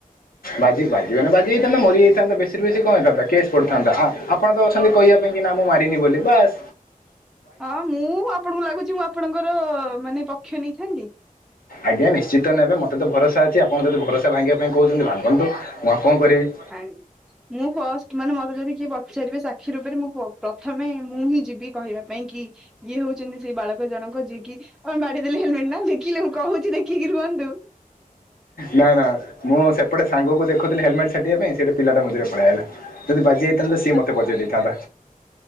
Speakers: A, on the left (about 80°); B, in the centre.
A: ବାଜି ବାଜି ମାନେ ବାଜି ହେଇଥାନ୍ତା ମରିଯାଇଥାନ୍ତା ବେଶୀରେ ବେଶୀ କଣ ହେଇଥାନ୍ତା କେସ୍ ପଡିଥାନ୍ତା ହଁ ଆପଣ ତ ଅଛନ୍ତି କହିବା ପାଇଁ। କି ନା ମୁଁ ମାରିନି ବୋଲି ବାସ।
B: ହଁ ମୁଁ ଆପଣଙ୍କୁ ଲାଗୁଛି ମୁଁ ଆପଣଙ୍କର ମାନେ ପକ୍ଷ ନେଇଥାନ୍ତି?
A: ଆଜ୍ଞା ନିଶ୍ଚିତ ନେବେ ମତେ ତ ଭରସା ଅଛି ଆପଣ ଯଦି ଭରସା ଭାଙ୍ଗିବା ପାଇଁ କହୁ ଭାଗନ୍ତୁ ମୁଁ ଆଉ କଣ କରିବି।
B: ଆ ମୁଁ ଫଷ୍ଟ ମାନେ ମତେ ଯଦି କିଏ ପଚାରିବେ ସାକ୍ଷୀ ରୂପରେ। ମୁଁପୁଅ ପ୍ରଥମେ ମୁଁ ହିଁ ଯିବି କହିବା ପାଇଁ କି ଇଏ ହଉଛନ୍ତି ସେଇ ବାଳକ ଜଣକ ଯିଏକି ଆପଣ ବାଡିଇଦେଲେ ହେଲମେଟ ନା? ଦେଖିଲେ ମୁଁ କହୁଛି ଦେଖିକି ରୁହନ୍ତୁ।
A: ନା ନା ମୁଁ ସେପଟେ ସାଙ୍ଗକୁ ଦେଖୁଥିଲି ହେଲମେଟ ଛାଟିବା ପାଇଁ। ସେ ବି ପିଲାଟା ମିଝିରେ ପଳେଇ ଆଇଲା। ଯଦି ବାଜି ତାହାଲେ ସିଏ
B: ତ
A: ମତେ ବଜେଇ ଦେଇଥାନ୍ତା।